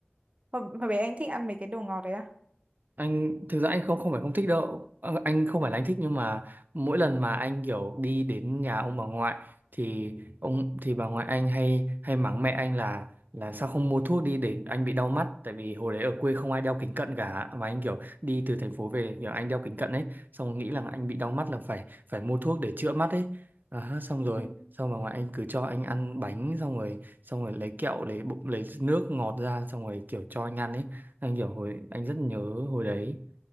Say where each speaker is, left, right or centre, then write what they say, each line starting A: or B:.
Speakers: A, on the right (about 35°); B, on the right (about 50°).
A: hồi, hồi bé anh thích ăn mấy cái đồ ngọt đấy à
B: anh thực ra anh không không phải không thích đâu Ờ, anh không phải là anh thích nhưng mà mỗi lần mà anh kiểu đi đến nhà ông bà ngoại thì ông thì bà ngoại anh hay hay mắng mẹ anh là là sao không mua thuốc đi để anh bị đau mắt tại vì hồi đấy ở quê không ai đeo kính cận cả mà anh kiểu đi từ thành phố về kiểu anh đeo kính cận ấy xong nghĩ là anh bị đau mắt là phải phải mua thuốc để chữa mắt ấy à, xong rồi
A: Ừ.
B: xong bà ngoại anh cứ cho anh ăn bánh xong rồi xong rồi lấy kẹo lấy bụng lấy nước ngọt ra xong rồi kiểu cho anh ăn ấy anh kiểu hồi anh rất nhớ hồi đấy